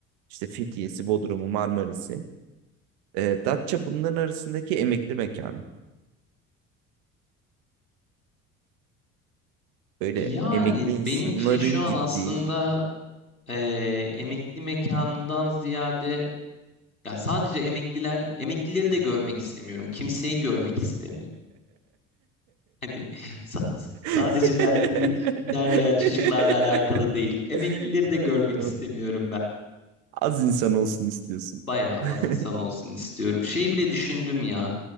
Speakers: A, on the right; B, on the left.
A: İşte Fethiye'si, Bodrum'u, Marmaris'i. E, Datça bunların arasındaki emekli mekanı. Böyle
B: Yani
A: emekli insanların
B: benim için şu an
A: gittiği.
B: aslında eee, emekli mekanından ziyade ya sadece emekliler emeklileri de görmek istemiyorum. Kimseyi görmek istemiyorum. Hani sa-
A: <laughs>
B: sadece derdim yetişkinler veya çocuklarla alakalı değil. Emeklileri de
A: Hayır,
B: görmek
A: tamam.
B: istemiyorum ben.
A: Az insan olsun istiyorsun.
B: Bayağı az
A: <laughs>
B: insan olsun istiyorum. Şey bile düşündüm ya.